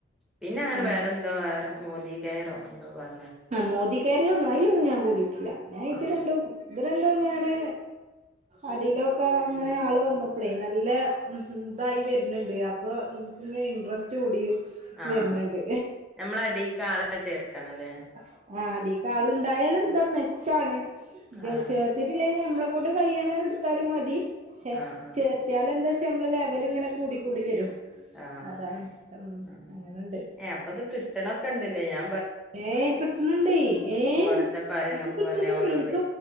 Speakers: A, in the centre; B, on the right.
A: പിന്നെ അങ്ങനെ
B: ഉം
A: വേറെ എന്താ വേറെ മോദി കയറോ എന്താ പറയ
B: ആ മോദി കേരളംൊന്നും അതിലൊന്നും ഞാൻ കൂടിയിട്ടില്ല ഞാൻ ഇത്
A: ആഹ്
B: രണ്ടും ഇ ഞാന് അടിയിലൊക്കെ ഇങ്ങനെ ആള് വന്നപ്പോഴേ നല്ല ഇതായി വരുന്നുണ്ട് അപ്പോൊ എനിക്ക്ിങ്ങനെ ഇൻട്രസ്റ്റ് കൂടി
A: ആഹ
B: വരുന്നുണ്ട്
A: നഞമ്മളട കാ ആള ചേർക്കണംല്ലേ
B: അ ആ അടക്കാള ഉണ്ടായാല എന്താ മെച്ചാണ്
A: ആഹ്
B: ചേർത്തിട്ടില്ലല്ല നമ്മള അൊണ്ട് കഴ്യണ എടുത്താലും മതി െ
A: ആഹ് ആഹ്
B: ചേർത്തിയാാല എന്താ നമ്മള് ലെവല ഇങ്ങനെ കൂട കൂടി വരും
A: ആഹ
B: അതാണ് ഉം അങ്ങനുണ്ട്
A: അപ്പൊത് കിട്ടണൊക്കെ ഉണ്ട് ഞാ
B: ഏ കിട്ടണണ്ടേ ഏ
A: വെറുതെ പറയാന്നൊക്കെ
B: അത് കിട്ടണണ്ട്
A: പറഞ്ഞ് ഓലോട്
B: എനിക്ക്